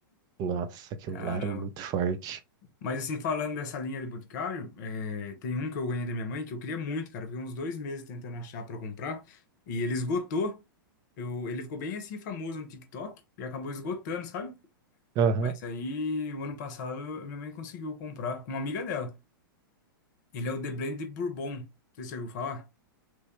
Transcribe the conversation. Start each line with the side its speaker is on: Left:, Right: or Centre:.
Right: Nossa, aquilo
Left: Caramba.
Right: lá era muito forte.
Left: Mas assim, falando dessa linha de boticário, é, tem um que eu ganhei da minha mãe que eu queria muito, cara. Eu Fiquei uns dois meses tentando achar pra comprar e ele esgotou. Eu, ele ficou bem assim famoso no TikTok e acabou esgotando, sabe?
Right: Aham,
Left: Mas aí, o ano passado, a minha mãe conseguiu comprar com uma amiga dela. Ele é o The Blend Bourbon. Não sei se você ouviu falar.